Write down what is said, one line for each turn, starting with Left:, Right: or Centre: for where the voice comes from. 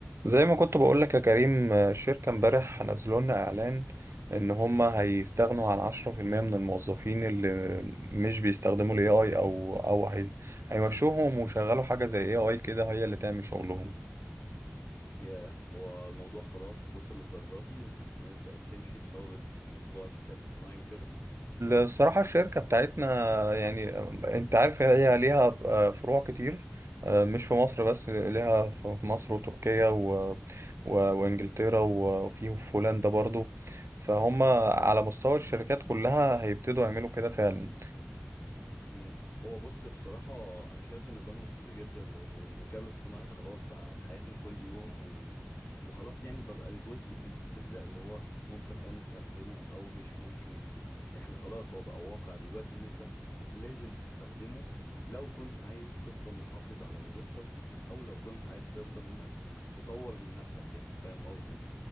Right: زي ما كنت بقول لك يا كريم آه، الشركة امبارح نزلوا لنا إعلان إن هما هيستغنوا عن 10% من الموظفين اللي مش بيستخدموا ال AI أو أو هي... هيمشوهم ويشغلوا حاجة زي AI كده هي اللي تعمل شغلهم
Left: ياه هو الموضوع خلاص وصل للدرجة دي إن الناس بقت تمشي بسبب الموضوع الذكاء الاصطناعي وكده
Right: الصراحة الشركة بتاعتنا يعني انت عارف هي ليها آه، فروع كتير آه، مش في مصر بس ليها في مصر وتركيا و... و... وانجلترا وفيه في هولندا برضو فهم على مستوى الشركات كلها هيبتدوا يعملوا كده فعلا
Left: مم. هو بص بصراحة أنا شايف إن ده منطقي جدا لأن الذكاء الاصطناعي خلاص بقى في حياتنا كل يوم و... وخلاص يعني مبقاش جزء بيتجزأ اللي هو ممكن أه نستخدمه أو مش ممكن نست... إحنا خلاص هو بقى واقع دلوقتي إن أنت لازم تستخدمه لو كنت عايز تفضل محافظ على وظيفتك أو لو كنت عايز تفضل إنك تطور من نفسك يعني فاهم قصدي؟